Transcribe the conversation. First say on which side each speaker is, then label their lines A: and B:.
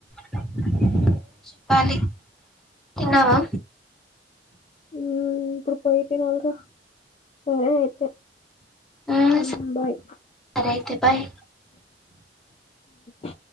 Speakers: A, in the centre; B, on the left.
A: నువ్వే చెపాలి తిన్నావా
B: ఊ ఇప్పుడు పోయితినల్రా సరే అయితే
A: ఉమ్,
B: ఊ బాయ్
A: సరే అయితే బాయ్
B: ఉ